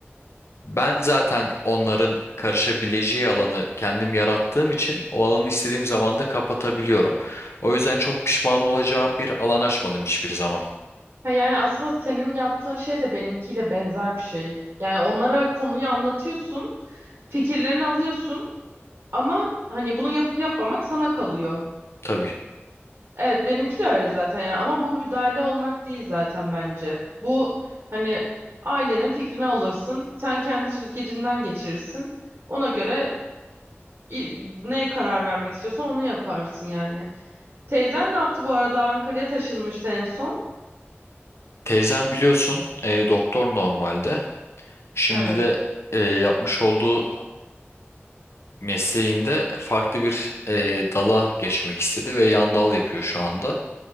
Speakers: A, on the left; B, on the right.
A: Ben zaten onların karışabileceği alanı kendim yarattığım için o alanı istediğim zaman da kapatabiliyorum. O yüzden çok pişman olacağım bir alan açmadım hiçbir zaman.
B: Ha yani aslında senin yaptığın şey de benimkiyle benzer bir şey. Yani onlara konuyu anlatıyorsun, fikirlerini alıyorsun ama hani bunu yapıp yapmamak sana kalıyor.
A: Tabii.
B: Evet benimki de öyle zaten ya ama bu müdahale olmak değil zaten bence. Bu hani ailenin fikrini alırsın, sen kendi süzgecinden geçirirsin. Ona göre i- ne karar vermek istiyorsan onu yaparsın yani. Teyzen ne yaptı bu arada? Ankara'ya taşınmıştı en son.
A: Teyzem biliyorsun e, doktor normalde. Şimdi
B: Evet.
A: de e, yapmış olduğu mesleğinde farklı bir e, dala geçmek istedi ve yan dal yapıyor şu anda.